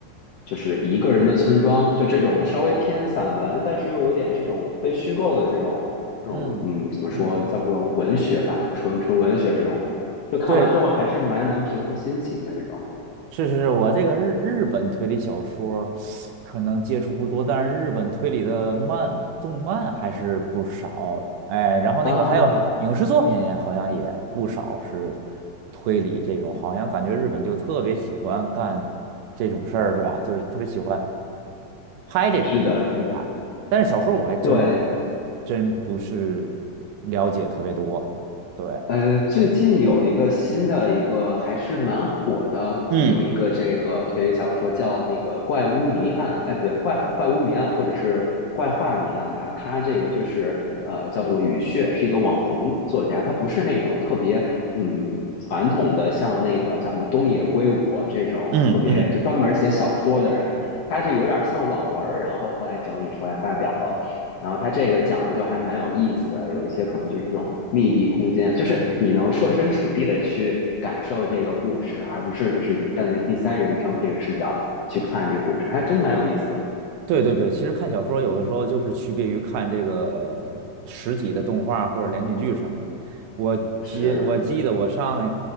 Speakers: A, on the left; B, on the right.
A: 就是一个人的村庄，就这种稍微偏散文，但是又有点这种非虚构的这种这种嗯，
B: 嗯嗯，
A: 怎么说叫做文学吧，纯纯文学这种，就看完之后还是蛮能平复心情的这种
B: 对，是是是，我这个日日本推理小说可能接触不多，但是日本推理的漫动漫还是不少。哎，然后那个还有影视作品，
A: 啊。
B: 好像也不少是推理这种，好像感觉日本就特别喜欢干这种事儿，是吧？就是特别喜欢拍这种题材。
A: 是的，是的，
B: 但是小说我还真
A: 对。
B: 真不是了解特别多，对。
A: 呃，最近有一个新的一个还是蛮火的，
B: 嗯
A: 有一个这个推理小说叫那个《怪屋谜案》，哎，不对，怪怪屋谜案或者是怪画谜案吧。它这个就是呃叫做雨穴，是一个网红作家，他不是那种特别嗯传统的像那个叫什么东野圭吾这种特别就专门写小说的人，
B: 嗯嗯。
A: 他这有点像网文儿，然后后来整理出来发表了。然后它这个讲的就还蛮有意思的，有一些可能就是这种密闭空间，就是你能设身处地的去感受这个故事，而不是就是你站在第三人称这个视角去看这个故事，还真蛮有意思的。
B: 对对对，其实看小说有的时候就是区别于看这个实体的动画或者连续剧什么的。我记我记得我上
A: 是